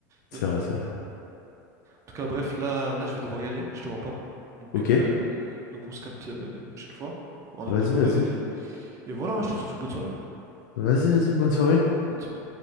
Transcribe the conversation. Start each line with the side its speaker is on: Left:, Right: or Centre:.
Left: c'est
Right: Mais bon.
Left: vrai, c'est vrai.
Right: tout cas, bref, là, là, je vais devoir y aller, je te mens pas. Donc,
Left: Ok,
Right: euh, donc on se capte euh, une prochaine fois pour un
Left: vas-y,
Right: autre débat.
Left: vas-y.
Right: Et, et voilà, hein, je te souhaite une bonne soirée.
Left: Vas-y, vas-y, bonne soirée.
Right: Bonne soirée.